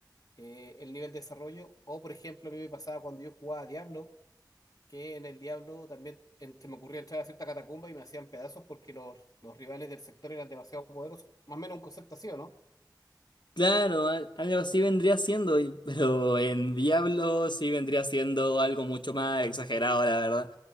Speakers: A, on the left; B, on the left.
A: eh, el nivel de desarrollo. O, por ejemplo, a mí me pasaba cuando yo jugaba a Diablo, que en el Diablo también en- se me ocurría entrar a cierta catacumba y me hacían pedazos porque los, los rivales del sector eran demasiado poderosos. Más o menos un concepto así, ¿o no?
B: Claro, al- algo así vendría siendo, y- pero en Diablo sí vendría siendo algo mucho más exagerado, la verdad.